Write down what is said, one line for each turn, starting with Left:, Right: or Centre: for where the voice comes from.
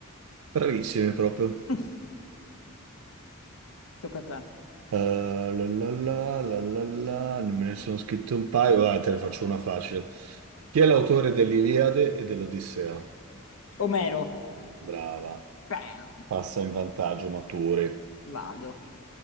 Right: Bravissimi proprio.
Left: <laughs> Tocca a te.
Right: Eh, la, la, la, la, la, la, ne- Me ne sono scritto un paio, dai, te ne faccio una facile. Chi è l'autore dell'Iliade e dell'Odissea?
Left: Omero.
Right: Brava.
Left: Bam.
Right: Passa in vantaggio, maturi.
Left: Vado.